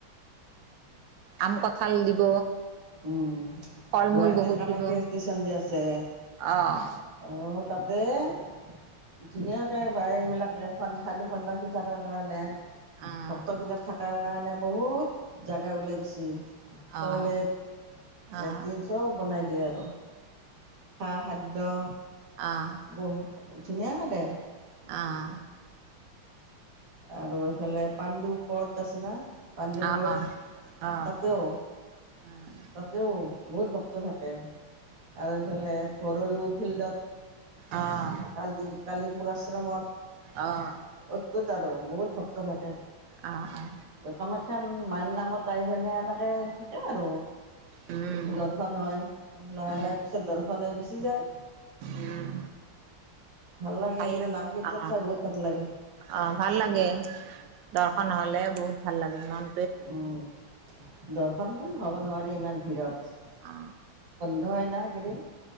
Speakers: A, on the right (about 75°); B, on the right (about 45°).
A: আম কঁঠাল দিব।
B: উম
A: ফল
B: গুৱাহাটীৰ
A: মূল বহুত
B: কামাখ্যা
A: দিব
B: ষ্টিচন দি আছে
A: অ',
B: অঁ তাত এ তাতে ধুনীয়াকৈ বাৰে এইবিলাকে স সাধু সন্ন্যাসী থাকে কাৰণে,,
A: অ', অ',
B: ভক্তবিলাক থাকাৰ কাৰণে বহুত জাগা ওলাই দিছি।
A: অ',
B: টয়লেট,
A: অ',
B: লেট্ৰিন চব বনাই দিয়ে আৰু, খা খাদ্য-
A: অ', অ',
B: বহু ধুনীয়াকৈ হৈছে
A: অআ
B: আৰু এইফালে পাণ্ডু পট আছে না, পাণ্ডু
A: অ',
B: পৰত
A: অ',
B: তাতেও
A: অ', উম, উম,
B: তাতেও বহুত ভক্ত থাকে, আৰু এইফালে সৰুলো ফিল্ডত
A: অ', অ', অ',
B: কালি কালি পৰশ্ৰুৰামত
A: অ',
B: ত আৰু বহুত ভক্ত থাকে
A: অ অ
B: কামাখ্যা মাই নামত আহি পেনে এনেকে থাকে আৰু
A: উম,
B: দৰ্শন হয় লাহে
A: উম,
B: লাহে পিছত দৰ্শনে গুচি যায়
A: উম,
B: লাগে
A: ভাল
B: এইকেইটা নাম কীৰ্তন
A: অ
B: চাই বহুত ভাল লাগে
A: অ ভাল লাগে দৰ্শন হলে বহুত ভাল লাগে ইন
B: উম দৰ্শন হ'ব নোৱাৰে ইমান ভিৰত
A: অ
B: নহয় না এইকেইদিন